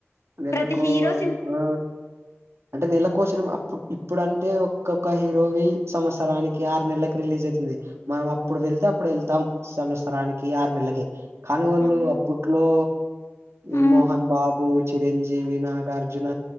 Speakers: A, on the right (about 70°); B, on the left (about 80°).
A: నెలకో
B: ప్రతి హీరో సిన్
A: ఆ అంటే నెలకోసిన్మా అప్పుడు ఇప్పుడు అంటే ఒక్కొక్క హీరోవి సంవత్సరానికి ఆరు నెలకి రిలీజ్ అవుతుంది మనం అప్పుడు
B: ఆ!
A: వెళ్తే అప్పుడు వెళ్తాం సంమత్సరానికి ఆరు నెలలకి కాని వాళ్ళు
B: అవును
A: అప్పుడు అపట్లో ఈ
B: ఆ
A: మోహన్ బాబు చిరంజీవి నాగార్జున